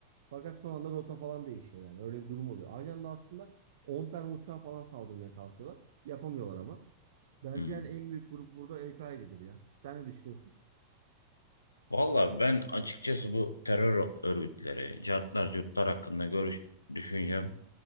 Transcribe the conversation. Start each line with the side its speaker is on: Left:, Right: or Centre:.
Right: Fakat son anda rota falan değişiyor yani. Öyle bir durum oluyor. Aynı anda aslında 10 tane uçağa falan saldırmaya kalkıyorlar. Yapamıyorlar ama. Bence
Left: Hı.
Right: yani en büyük grup burada El-Kaide'dir ya. Sen ne düşünüyorsun?
Left: Valla ben açıkçası bu terör örgütleri, cartlar, curtlar hakkında görüş düşüncem.